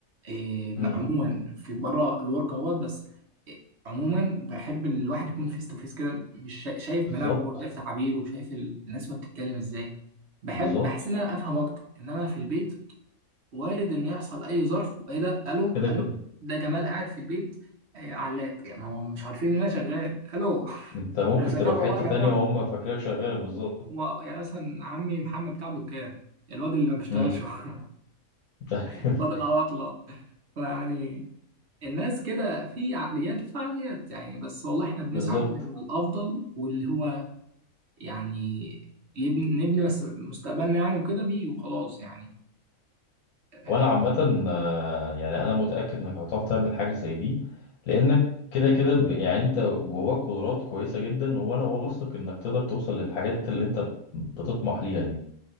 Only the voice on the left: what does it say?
مم.
بالظبط
بالظبط
كده
كده
انت
ممكن
تبقى في
حتة
تانية وهم فاكرينك شغال بالظبط
مم.
<laughs>
بالظبط
وانا عامة آه، يعني انا متأكد انك هتعرف تعمل حاجة زي دي لانك كده كده ب- يعني انت جواك قدرات كويسة جدا وانا واثق انك تقدر توصل للحاجات اللي انت بتطمح ليها دي